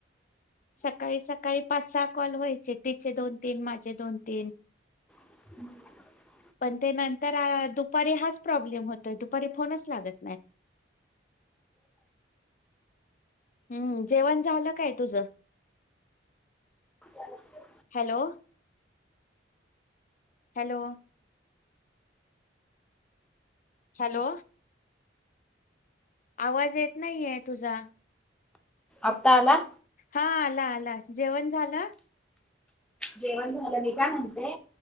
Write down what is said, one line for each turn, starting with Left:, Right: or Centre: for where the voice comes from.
Left: सकाळी सकाळी पाच सहा कॉल व्हायचे ते. चे दोन तीन माझे दोन तीन
Centre: <inaudible>
Left: पण ते नंतर आ दुपारी हाच प्रॉब्लेम होतोय दुपारी फोनच लागत नाही. हम्म जेवण झालं काय तुझ?
Centre: <inaudible>
Left: हॅलो. हॅलो. हॅलो. आवाज येत नाहीये तुझा.
Centre: आत्ता आला?
Left: हा आला आला जेवण झाल?
Centre: जेवण झालं मी काय म्हणते,